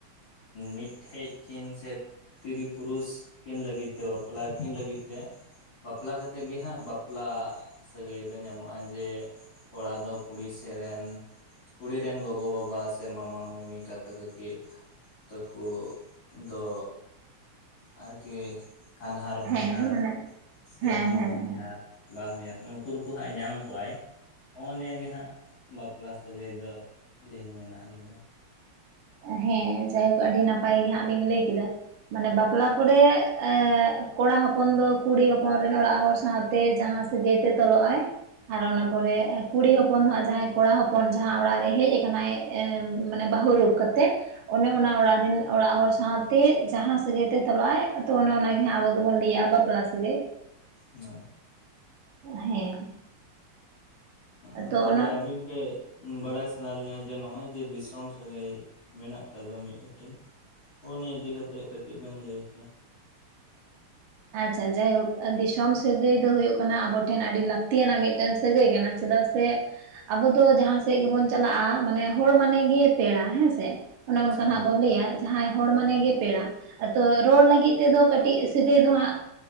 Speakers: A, on the left; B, on the right.
A: ᱢᱤᱫᱴᱷᱮᱡ ᱠᱤᱱ ᱥᱮ ᱛᱤᱨᱤ ᱯᱩᱨᱩᱥ ᱠᱤᱱ ᱞᱟᱹᱜᱤᱫ ᱛᱮ ᱵᱟᱯᱞᱟ ᱠᱤᱱ ᱞᱟᱹᱜᱤᱫ ᱛᱮ᱾ ᱵᱟᱯᱞᱟ ᱠᱟᱛᱮ ᱜᱮ ᱦᱟᱸᱜ ᱵᱟᱯᱞᱟ ᱥᱟᱹᱜᱟᱹᱭ ᱫᱚ ᱧᱟᱢᱚᱜ-ᱟ, ᱡᱮ ᱠᱚᱲᱟ ᱫᱚ ᱠᱩᱲᱤ ᱥᱮᱜ ᱨᱮᱱ ᱠᱩᱲᱤ ᱨᱮᱱ ᱜᱚᱜᱚ ᱜᱚ ᱵᱟᱵᱟ ᱥᱮ ᱢᱟᱢᱟ ᱢᱟᱢᱤ ᱠᱟᱠᱟ ᱠᱟᱠᱤ᱾ ᱛᱟᱠᱩ ᱫᱚ ᱟᱨᱠᱤ᱾ ᱦᱟᱱᱦᱟᱨ ᱦᱚᱧᱦᱟᱨ
B: ᱦᱮᱸ ᱢᱟᱱᱮ
A: ᱥᱮ
B: ᱦᱮᱸ
A: ᱢᱟᱢᱚ
B: ᱦᱮᱸ
A: ᱦᱚᱧᱦᱟᱨ᱾
B: ᱦᱮᱸ
A: ᱵᱟ ᱦᱚᱧᱦᱟᱨ ᱱᱩᱠᱩ ᱱᱩᱠᱩ ᱦᱟᱸᱜ ᱧᱟᱢ ᱠᱚᱣᱟᱭ, ᱦᱚᱜ-ᱚ ᱱᱤᱭᱟᱹ ᱜᱮ ᱦᱟᱸᱜ ᱵᱟᱯᱞᱟ ᱥᱟᱹᱜᱟᱹᱭ ᱫᱚ᱾ ᱞᱤᱧ ᱢᱮᱱᱟ ᱟᱹᱞᱤᱧ ᱫᱚ᱾
B: ᱦᱮᱸ ᱡᱟᱭᱦᱳᱠ ᱟᱹᱰᱤ ᱱᱟᱯᱟᱭ ᱜᱮ ᱦᱟᱸᱜ ᱵᱤᱱ ᱞᱟᱹᱭ ᱠᱮᱫᱟ᱾ ᱢᱟᱱᱮ ᱵᱟᱯᱞᱟ ᱯᱚᱨᱮ ᱮᱸᱻ ᱠᱚᱲᱟ ᱦᱚᱯᱚᱱ ᱫᱚ ᱠᱩᱲᱤ ᱦᱚᱯᱚᱱ ᱨᱮᱱ ᱚᱲᱟᱜ ᱦᱚᱲ ᱥᱟᱶᱛᱮ ᱡᱟᱦᱟᱸ ᱥᱟᱹᱜᱟᱹᱭ ᱛᱮ ᱛᱚᱞᱚᱜ-ᱟᱭ᱾ ᱟᱨ ᱚᱱᱟ ᱯᱚᱨᱮ ᱠᱩᱲᱤ ᱦᱚᱯᱚᱱ ᱫᱚ ᱦᱟᱸᱜ ᱡᱟᱦᱟᱸᱭ ᱠᱚᱲᱟ ᱦᱚᱯᱚᱱ ᱡᱟᱦᱟᱸ ᱚᱲᱟᱜ ᱨᱮᱭ ᱦᱮᱡ ᱠᱟᱱᱟᱭ᱾ ᱮ ᱢᱟᱱᱮ ᱵᱟᱹᱦᱩ ᱨᱩᱯ ᱠᱟᱛᱮᱫ ᱚᱱᱮ ᱚᱱᱟ ᱚᱲᱟᱜ ᱨᱮᱱ ᱚᱲᱟᱜ ᱦᱚᱲ ᱥᱟᱶᱛᱮ ᱡᱟᱦᱟᱸ ᱥᱟᱹᱜᱟᱹᱭᱛᱮ ᱛᱚᱞᱚᱜ-ᱟᱭ, ᱟᱫᱚ ᱚᱱᱮ ᱚᱱᱟᱜᱮ ᱦᱟᱸᱜ ᱟᱵᱚ ᱫᱚᱵᱚᱱ ᱞᱟᱹᱭᱟᱜ-ᱟ ᱵᱟᱯᱞᱟ ᱥᱟᱹᱜᱟᱹᱭ᱾
A: ᱦᱳᱭ᱾
B: ᱦᱮᱸ᱾
A: ᱚ
B: ᱛᱚ
A: ᱛᱚᱵᱮ
B: ᱚᱱᱟ
A: ᱟᱵᱤᱱ ᱴᱷᱮᱡ᱾ ᱵᱟᱲᱟᱭ ᱥᱟᱱᱟ ᱞᱤᱧᱟ ᱡᱮ ᱱᱚᱜ-ᱚᱭ ᱡᱮ ᱫᱤᱥᱚᱢ ᱥᱟᱹᱜᱟᱹᱭ ᱢᱮᱱᱟᱜ ᱟᱠᱟᱫ ᱫᱚ ᱢᱤᱫ ᱦᱟᱹᱴᱤᱧ᱾ ᱦᱚᱜ-ᱚ ᱱᱤᱭᱮ ᱤᱫᱤ ᱠᱟᱛᱮᱫ ᱠᱟᱹᱴᱤᱡ ᱵᱮᱱ ᱞᱟᱹᱭ ᱠᱮᱭᱟ᱾
B: ᱟᱪᱪᱷᱟ ᱡᱟᱭᱦᱳᱠ ᱫᱤᱥᱚᱢ ᱟᱨ ᱥᱟᱹᱜᱟᱹᱭ ᱫᱚ ᱦᱳᱭᱳᱜ ᱠᱟᱱᱟ, ᱟᱵᱚ ᱴᱷᱮᱱ ᱟᱹᱰᱤ ᱞᱟᱹᱠᱛᱤᱭᱟᱱᱟᱜ ᱢᱤᱫᱴᱟᱝ ᱥᱟᱹᱜᱟᱹᱭ ᱠᱟᱱᱟ ᱪᱮᱫᱟᱜ ᱥᱮ ᱟᱵᱚ ᱫᱚ ᱡᱟᱦᱟᱸ ᱥᱮᱜ ᱜᱮᱵᱚᱱ ᱪᱟᱞᱟᱜ-ᱟ ᱢᱟᱱᱮ ᱦᱚᱲ ᱢᱟᱱᱮ ᱜᱮ ᱯᱮᱲᱟ ᱦᱮᱸᱥᱮ᱾ ᱚᱱᱮ ᱚᱱᱠᱟ
A: ᱦᱳᱭ
B: ᱱᱟᱜ ᱵᱚᱱ ᱞᱟᱹᱭᱟ ᱡᱟᱦᱟᱸᱭ ᱦᱚᱲ ᱢᱟᱱᱮ ᱜᱮ ᱯᱮᱲᱟ, ᱟᱫᱚ ᱨᱚᱲ ᱞᱟᱹᱜᱤᱫ ᱛᱮᱫᱚ ᱠᱟᱹᱴᱤᱡ ᱥᱟᱹ ᱜᱟᱹᱭ ᱫᱚ ᱦᱟᱸᱜ